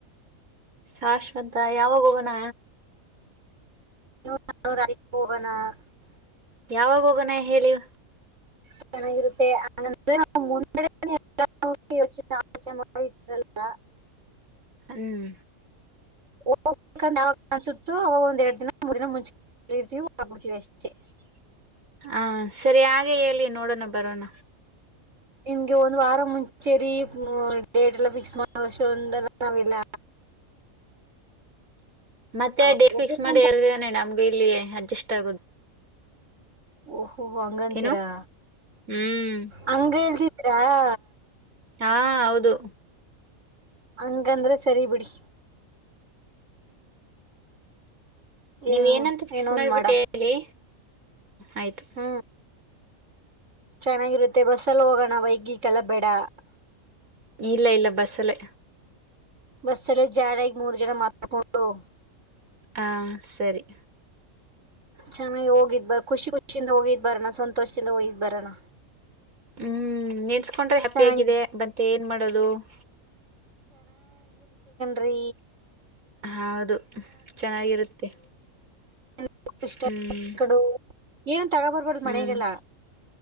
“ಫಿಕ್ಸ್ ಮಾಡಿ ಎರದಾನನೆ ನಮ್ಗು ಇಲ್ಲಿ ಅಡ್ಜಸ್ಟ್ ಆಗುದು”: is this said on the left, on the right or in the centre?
Right